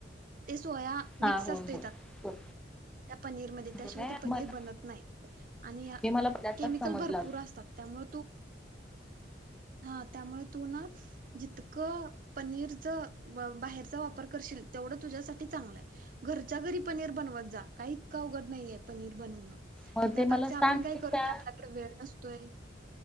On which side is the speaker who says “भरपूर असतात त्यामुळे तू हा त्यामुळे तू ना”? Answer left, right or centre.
Right